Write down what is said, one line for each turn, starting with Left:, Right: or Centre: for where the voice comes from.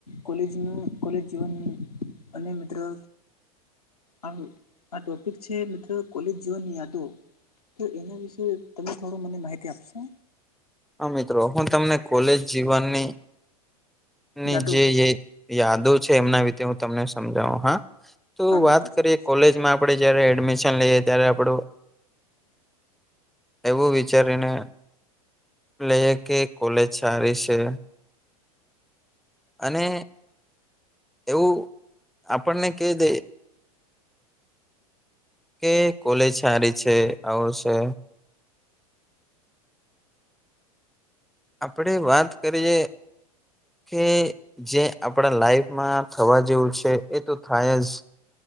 Left: કોલેજનું કોલેજ જીવન અને મિત્રો આ આ ટોપિક છે મિત્રો કોલેજ જીવન ની યાદો તો એના વિશે તમે થોડું મને માહિતી આપશો
Centre: હા મિત્રો હું તમને કોલેજ જીવનની ની
Left: યાદો
Centre: જે યાદો છે એમના વિશે હું તમને સમજાવું હા તો
Left: હા મિત્રો
Centre: વાત
Left: ચોક્કસ
Centre: કરીએ કોલેજમાં આપણે જયારે એડમિશન લઈએ ત્યારે આપણું એવું વિચારીને લઈ કે કોલેજ સારી છે. અને એવું આપણને કઈદે કે કોલેજ સારી છે આવી છે. આપડે વાત કરીએ કે જે આપણા લાઈફમાં થવા જેવું છે એ તો થાય જ